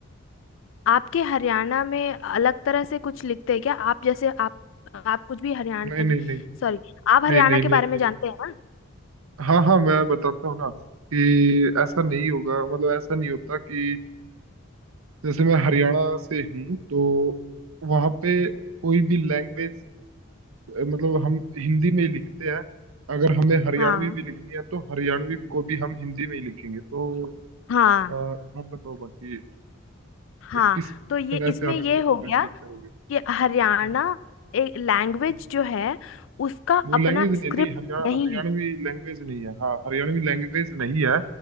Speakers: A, on the left; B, on the right.
A: आपके हरियाणा में अलग तरह से कुछ लिखते हैं क्या आप जैसे आप आप कुछ भी हरियाणा
B: नहीं नहीं नहीं
A: सॉरी आप हरियाणा
B: नहीं नहीं
A: के
B: नहीं
A: बारे
B: नहीं
A: में जानते हैं ना
B: हाँ हाँ मैं बताता हूँ ना कि ऐसा नहीं होगा मतलब ऐसा नहीं होता कि जैसे मैं हरियाणा से हूँ तो वहाँ पे कोई भी लैंग्वेज मतलब हम हिंदी में ही लिखते हैं अगर हमें हरियाणवी
A: हाँ
B: भी लिखनी है तो हरियाणवी को भी हम हिंदी में ही लिखेंगे तो
A: हाँ
B: अ, आप बताओ बाकी
A: हाँ
B: किस तरह
A: तो ये इसमें
B: से आप
A: ये
B: इसको डिफरेंशिएट
A: हो गया
B: करोगे
A: कि हरियाणा
B: हम्म,
A: एक लैंग्वेज
B: हम्म।
A: जो है उसका
B: वो
A: अपना
B: लैंग्वेज नहीं
A: स्क्रिप्ट
B: है नहीं हरियाणा
A: नहीं
B: हरियाणवी
A: है
B: लैंग्वेज नहीं है हाँ हरियाणवी लैंग्वेज नहीं है